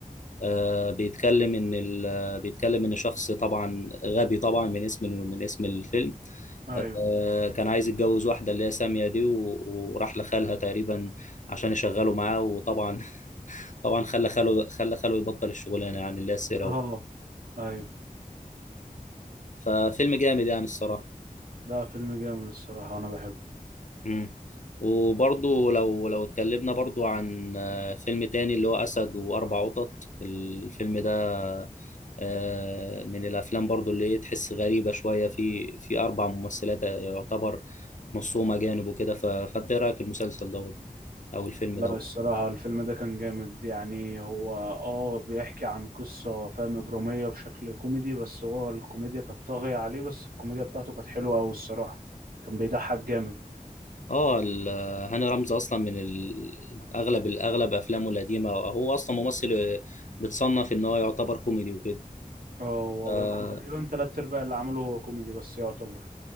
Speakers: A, on the left; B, on the right.
A: آه، بيتكلم ان ال... بيتكلم ان شخص طبعا غبي طبعا من اسم من اسم الفيلم
B: ايوه
A: آه، كان عايز يتجوز واحده اللي هي ساميه دي و... وراح لخالها تقريبا عشان يشغله معاه وطبعا <laughs> طبعا خلى خاله خلى خاله يبطل الشغلانه يعني اللي هي السيره
B: اه
A: و-
B: ايوه
A: ففيلم جامد يعني الصراحه
B: لا فيلم جامد الصراحة انا بحبه
A: مم. وبرضو لو لو اتكلمنا برضو عن آه، فيلم تاني اللي هو اسد واربع قطط الفيلم ده آه، من الافلام برضو اللي هي تحس غريبه شويه في في اربع ممثلات يعتبر نصهم اجانب وكده ف- فانت ايه رايك في المسلسل دوت او الفيلم
B: لا
A: دوت
B: الصراحة الفيلم ده كان جامد يعني هو اه بيحكي عن قصة فاهم إجرامية بشكل كوميدي بس هو الكوميديا كانت طاغية عليه بس الكوميديا بتاعته كانت حلوة أوي الصراحة كان بيضحك جامد
A: اه ال- هاني رمزي اصلا من ال- اغلب الاغلب افلامه القديمه هو اصلا ممثل آه، بتصنف ان هو يعتبر كوميدي وكده
B: اه هو
A: اه
B: بس- كنت تقريبا تلات ارباع اللي عمله هو كوميدي بس يعتبر